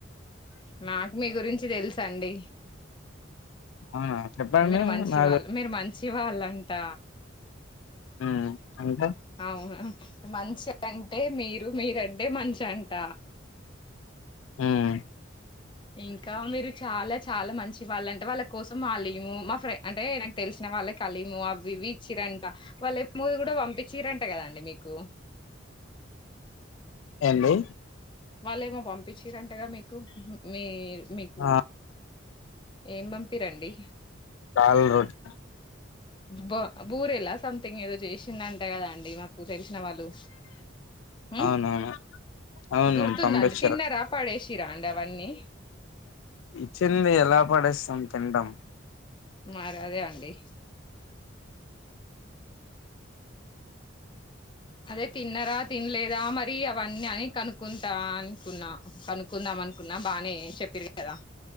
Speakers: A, on the left (about 25°); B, on the left (about 85°).
A: నాకు మీ గురించి తెలుస్ అండి.
B: అవునా చెప్పండి
A: మీరు మంచి
B: నాకు
A: వాళ్ళు, మీరు మంచి వాళ్ళంట్ ట
B: హ్మ్ అంటే
A: అవున మంచ్ అంటే మీరు, మీరంటే మంచ్ అంట.
B: హ్మ్
A: ఇంకా, మీరు చాలా చిన్ చాలా మంచి వాళ్ళంట, వాళ్ళ కోసం వల్లే మా ఫ్రెండ్ అంటే ఈయనకి తెలిసిన వాళ్ళకి హలిము అవి ఇవి ఇచ్చిరంట వాళ్ళ ఏము కూడా పంపించిరట్, అంట కదాండి మీకు
B: ఎండి
A: వాళ్ళేమో పంపించరంటగా, మీకు మీ మీకు
B: ఆ
A: ఏం పంపి రండి
B: దాల్ రొట్ట్
A: బా బూరెలా సథింగ్ ఏదో జేష్ చిన్నంట కదా అండి, మాకు తెలిసిన వాళ్ళు, ఉమ్
B: అవునవును అవును
A: గుర్తుందండి
B: పంపించారు
A: తిన్నరా పాడేసిరా అండి అవన్నీ
B: ఇచ్చింది ఎలా పడేస్తాం తిన్నటం
A: మరి అదే అండి అదే తిన్నరా తినలేదా, మరి అవన్నీ అని కనుక్. కుంటా అనుకున్నా అనుకుందాం అన్ కున్నా బాగానే చెప్పిరు కదా